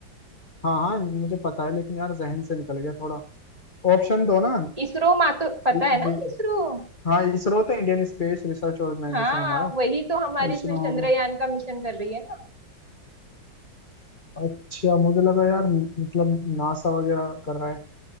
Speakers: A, on the left; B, on the right.
A: हाँ हाँ मुझे पता है लेकिन यार जहन से निकल गया थोड़ा ऑप्शन दो ना
B: इसरो मा तो पता
A: इ-
B: है ना
A: जे
B: इसरो
A: हाँ इसरो तो इंडियन स्पेस रिसर्च ऑर्गेनाइजेशन
B: हाँ
A: हमारा
B: वही तो हमारी
A: इसरो
B: फिर चंद्रयान
A: हो गया
B: का मिशन कर रही है ना
A: अच्छा मुझे लगा यार मतलब नासा वगैरह कर रहा है